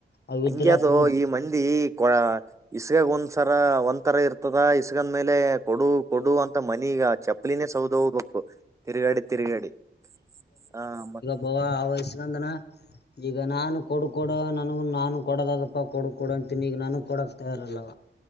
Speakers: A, on the left; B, on the right.
A: ಅವ
B: ಹಂಗೆ
A: ಇದರ
B: ಅದು
A: ಅಕೌಂ <inaudible>
B: ಈ ಮಂದಿ ಕೊ. <unintelligible> ಇಸ್ಗಾಗ ಒಂದ್ಸರ ಒಂದ್ ತರ ಇರ್ತದ ಇಸ್ಗಂದ ಮೇಲೆ ಕೊಡು ಕೊಡು ಅಂತ ಮನಿಗ ಚಪ್ಪ. ಚಪ್ಪಲಿನೇ ಸೌದು ಹೋಗ್ಬೇಕು ತಿರುಗಾಡಿ ತಿರುಗಾಡಿ ಹ ಮತ್ತ.
A: ಬ ಆ ವಯಸ್ಕಂದನ. ಈಗ ನಾನು ಕೊಡು ಕೊಡ ನನಗ ನಾನು ಕೊಡದ ಅದಪ್ಪ ಕೊಡು ಕೊಡ ಅಂತನಿ ಈಗ ನನ ಕೊಡಕ್ ತಯಾರಿಲ್ಲವ.